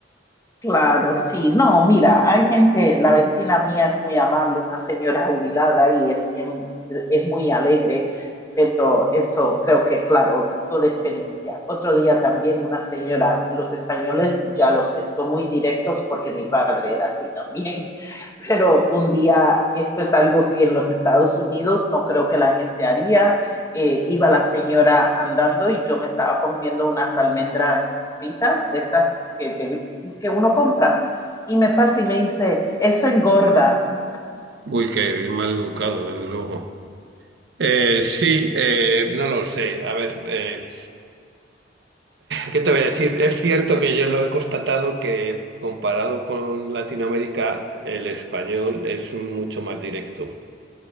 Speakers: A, on the left (about 15°); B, on the right (about 65°).
A: Claro, sí. No, mira, hay gente, la vecina mía es muy amable, una señora jubilada y es, siem- es muy alegre, pero eso creo que, claro, toda experiencia. Otro día también una señora, los españoles, ya lo sé, son muy directos porque mi padre era así también, <laughs> pero un día esto es algo que en los Estados Unidos no creo que la gente haría eh, iba la señora andando y yo me estaba comiendo unas almendras fritas de estas que, te, que uno compra. Y me pasa y me dice, eso engorda.
B: Uy, qué mal educado, desde luego. Eh, sí, eh, no lo sé. A ver, eh, ¿Qué te voy a decir? Es cierto que yo lo he constatado que comparado con Latinoamérica, el español es mucho más directo.